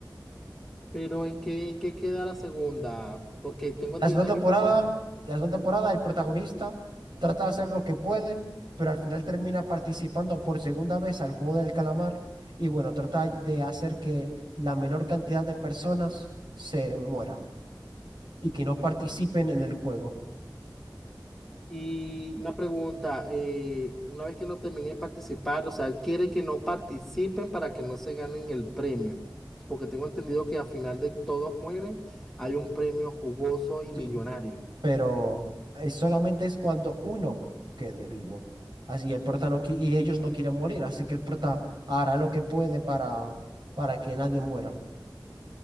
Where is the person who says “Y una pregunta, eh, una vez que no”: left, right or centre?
Centre